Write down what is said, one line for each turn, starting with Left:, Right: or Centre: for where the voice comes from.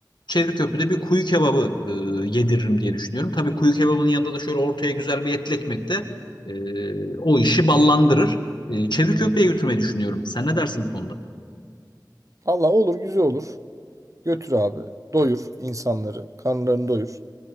Left: Çevri Köprü'de bir kuyu kebabı e, yediririm diye düşünüyorum. Tabii kuyu kebabının yanında da şöyle ortaya güzel bir etli ekmek de e, o işi ballandırır. E, Çevri Köprü'ye
Right: Hı.
Left: götürmeyi düşünüyorum. Sen ne dersin bu konuda?
Right: Valla olur, güzel olur. Götür abi. Doyur insanları. Karnlarını doyur.